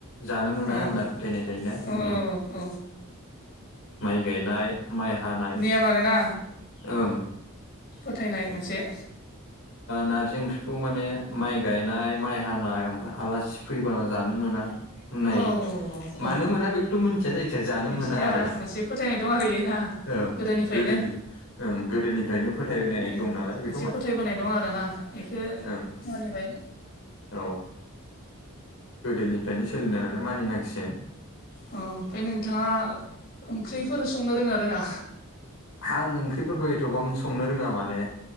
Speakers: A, on the left; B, on the left.
A: जानो मोना
B: औ
A: होनना फोथायनाय थायोना जोंनियाव
B: औ औ
A: माइ गायनाय माइ हानाय
B: <unintelligible> आरो ना
A: ओं
B: फोथायनाय मोनसे
A: नारजि ओंख्रिखौ माने माइ गायनाय माइ हानाय ओमफाय आलासि फैबा जानो मोना होननाय
B: औ औ
A: मानो
B: औ
A: मोना बेखौथ' मोनथिया जायखिया जानो
B: मिथिया
A: मोना आरो
B: मोनसे फोथायनाय दं आरो ना
A: ओं
B: गोदोनिफ्रायनो
A: गोनि ओं गोदोनिफ्रायनो फोथायनाय
B: ए
A: दं नालाय
B: मोनसे
A: बे
B: फोथायबोनाय दं आरो ना बेखौ
A: ओं
B: मानिबाय
A: औ गोदोनिफ्रायनो सोलिनाय नालाय मानिनांसिगोन।
B: अ ओमफ्राय नोंथांङा ओंख्रिफोर संनो रोंङा
A: आं ओंख्रिफोरखौ एथ'बां संनो रोंङा माने